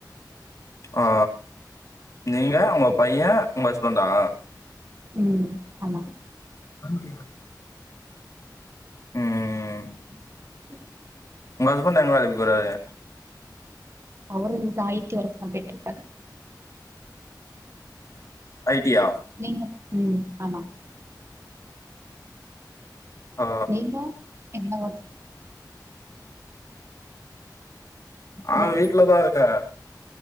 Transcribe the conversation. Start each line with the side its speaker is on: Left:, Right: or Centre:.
Left: ஆ நீங்க உங்க பைய உங்க ஹஸ்பண்டா
Right: ம் ஆமா
Left: <unintelligible> ம்
Right: <inaudible>
Left: உங்க ஹஸ்பண்ட் எங்க வேலைக்கு போறாரு?
Right: அவரு‌ இங்க ஐ டி வர்க்தா போயிட்ருக்காரு
Left: ஐ டி யா
Right: நீங்க ம் ஆமா
Left: ஆ
Right: நீங்க என்ன ஒர்க் ஹலோ
Left: ஆ வீட்லதா இருக்கே